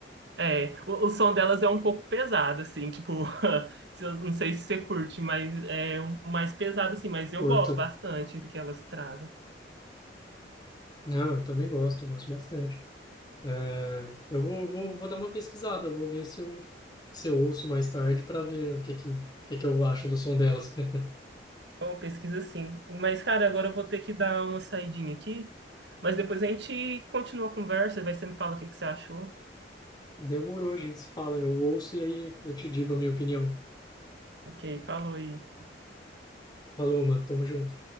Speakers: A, on the right (about 70°); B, on the left (about 25°).
A: É, o, o som delas é um pouco pesado, assim, tipo, <laughs> se eu- não sei se você curte, mas é um- mais pesado, assim, mas eu
B: Curto.
A: gosto bastante do que elas trazem.
B: Não, eu também gosto, eu gosto bastante. É, eu vou, vou, vou dar uma pesquisada, eu vou ver se eu, se eu ouço mais tarde para ver o que que, o que que eu acho do som delas. <laughs>
A: É uma pesquisa, sim. Mas, cara, agora eu vou ter que dar uma saidinha aqui, mas depois a gente continua a conversa, vai você me fala o que que você achou.
B: Demorou, a gente se fala, eu ouço e aí eu te digo a minha opinião.
A: Ok, falou aí.
B: Falou, mano, tamo junto.